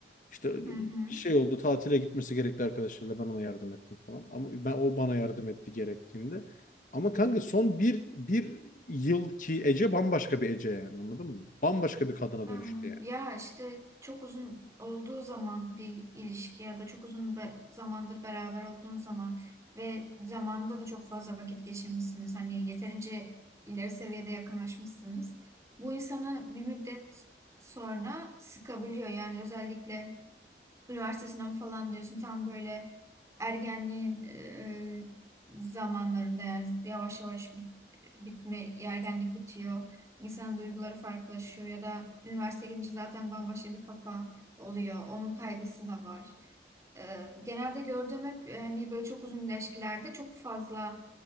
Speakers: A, on the left; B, on the right.
A: işte
B: Hı
A: bir
B: hı.
A: şey oldu tatile gitmesi gerekti arkadaşlarıyla ben ona yardım ettim falan. Ama ben o bana yardım etti gerektiğinde. Ama kanka son bir, bir yıl ki Ece bambaşka bir Ece yani anladın mı? Bambaşka bir kadına
B: Anladım.
A: dönüştü yani.
B: Ya işte çok uzun olduğu zaman bir ilişki ya da çok uzun be- zamandır beraber olduğun zaman ve zamanda da çok fazla vakit geçirmişsiniz. Hani yeterince ileri seviyede yakınlaşmışsınız. Bu insanı bir müddet sonra sıkabiliyor. Yani özellikle üniversite sınavı falan diyorsun tam böyle ergenliğin e, zamanlarında yani yavaş yavaş bit- bitme ergenlik bitiyor. İnsanın duyguları farklılaşıyor ya da üniversiteye gidince zaten bambaşka bir kafa oluyor. Onun kaygısı da var. E, genelde gördüğüm hep hani böyle çok uzun ilişkilerde çok fazla